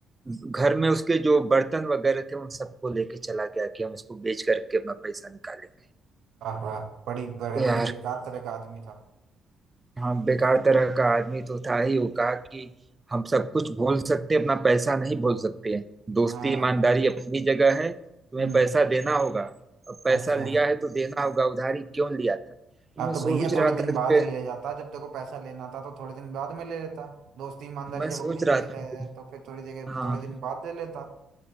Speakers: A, on the right; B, on the right.
A: घर में उसके जो बर्तन वगैरह थे उन सबको लेके चला गया कि हम इसको बेच करके अपना पैसा निकालेंगे
B: वाह वाह बड़ी
A: तो
B: बड़ा ही
A: यार
B: बेकार तरह का आदमी था
A: हाँ बेकार तरह का आदमी तो था ही वो कहा कि हम सब कुछ भूल सकते हैं, अपना पैसा नहीं भूल सकते हैं दोस्ती
B: हाँ
A: ईमानदारी अपनी जगह है तुम्हें
B: हम्म
A: पैसा देना होगा अब पैसा
B: अच्छा
A: लिया है तो देना होगा उधारी क्यों लिया था तो
B: हाँ
A: मैं
B: तो
A: सोच
B: भैया थोड़े
A: रहा
B: दिन
A: था
B: बाद
A: कि
B: ले जाता जब तेरे को पैसा लेना था तो थोड़े दिन बाद में ले लेता दोस्ती ईमानदारी
A: मैं
B: जब
A: सोच
B: अपनी
A: रहा
B: जगह
A: था
B: है
A: कि
B: तो फिर थोड़ी जगह
A: हाँ
B: थोड़े दिन बाद ले लेता